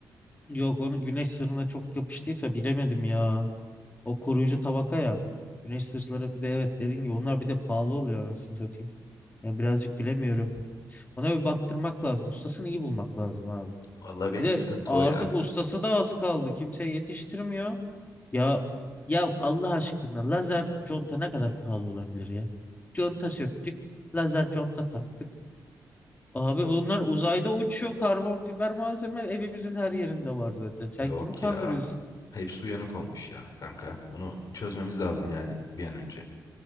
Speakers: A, on the left; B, on the left.
A: Yok onu güneş sırrına çok yapıştıysa bilemedim ya. O koruyucu tabaka ya. Güneş sırtları bir de evet dediğin gibi onlar bir de pahalı oluyor anasını satayım. Yani birazcık bilemiyorum. Ona bir baktırmak lazım. Ustasını iyi bulmak lazım abi.
B: Vallahi benim
A: Bir de
B: sıkıntı
A: artık
B: o ya.
A: ustası da az kaldı. Kimse yetiştirmiyor. Ya ya Allah aşkına lazer conta ne kadar pahalı olabilir ya? Conta söktük. Lazer conta taktık. Abi
B: Yok,
A: bunlar uzayda uçuyor. Karbon fiber malzeme evimizin her yerinde var zaten. Sen
B: yok
A: kimi kandırıyorsun?
B: ya. Hepsi uyanık olmuş ya kanka. Bunu çözmemiz lazım yani bir an önce.